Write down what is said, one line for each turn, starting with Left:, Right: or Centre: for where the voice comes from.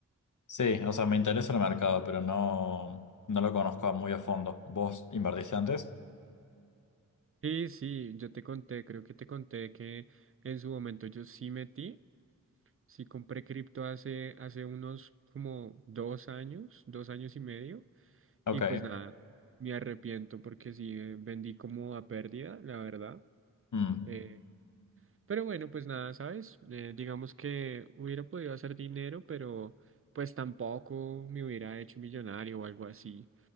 Left: Sí, o sea, me interesa el mercado, pero no, no lo conozco muy a fondo. ¿Vos invertiste antes?
Right: Sí, sí, yo te conté, creo que te conté que en su momento yo sí metí, sí compré cripto hace, hace unos como dos años, dos años y medio,
Left: Ok.
Right: y pues nada, me arrepiento porque sí eh, vendí como a pérdida, la verdad.
Left: Mm.
Right: eh, Pero bueno, pues nada, ¿sabes? Eh, digamos que hubiera podido hacer dinero, pero pues tampoco me hubiera hecho millonario o algo así.